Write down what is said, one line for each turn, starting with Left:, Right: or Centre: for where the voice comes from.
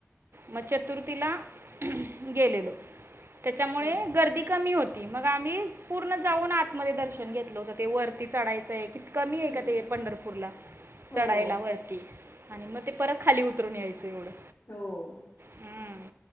Right: म चतुर्थीला गेलेलो त्याच्यामुळे
Left: हम्म
Right: गर्दी कमी हो ते मग आम्ही पूर्ण जाऊन आतमध्ये दर्शन घेतलं होत ते वरती चढायचंय कमीयं
Left: हम्म
Right: का ते पंढरपूरला
Left: हो
Right: चढायला वरती आणि मग ते परत खाली उतरून यायचं एवढं
Left: हों
Right: हम्म.